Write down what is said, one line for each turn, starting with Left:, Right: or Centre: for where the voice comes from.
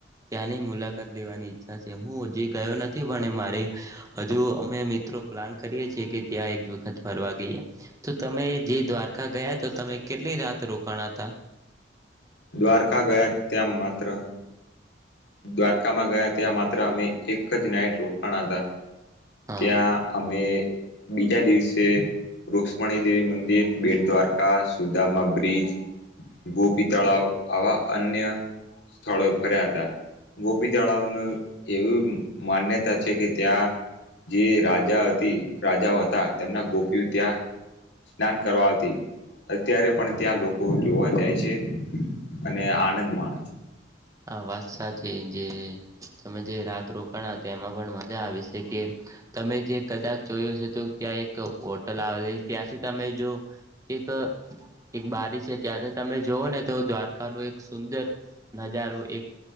Right: ત્યાંની મુલાત દેવાની ઈચ્છા છે હું હજી ગયો નથી પણ મારી હજુ અમે મિત્રો પ્લાન કરીએ છએ કે ત્યાં એક વખત ફરવા ગઈએ તો તમે જે દ્વારકા ગયા તો તમે કેટલી રાત રોકાણ ઘણાતા
Left: દ્વારકા ગયા તેમ માત્ર દ્વારકામાં ગયા ત્યાં માત્ર અમે એક જ નાઇટ રોપણ હતા
Right: હા
Left: ત્યાં અમે બીજા દિવસે રુક્ષ્મણી દેવી મંદિર, બેટ દ્વારકા, સુદામા બ્રિજ, ગોપી તળાવ આવા અન્ય સ્થળો ફર્યા તા ગોપી તળાવનું એવી માન્યતા છે કે ત્યાં જે રાજા હતી રાજાઓ હતા તેમના ગોપીઓ ત્યાં સ્નાન કરવા આવતી અત્યારે પણ ત્યાં લોકો જોવા જાય છે અને આનંદ માણ
Right: આ વાત સાચી જે તમે જે રાત રોકાણા તેમાં પણ મજા આવી છે કે તમે જે કદાક જોયું હશે તો ત્યા એક હોટલ આવેલી ત્યાંથી તમે જો એક એક બારી છે ત્યાંથી તમે તમે જઓ ને તો દ્વારકા નું એક સુંદર નજારું એક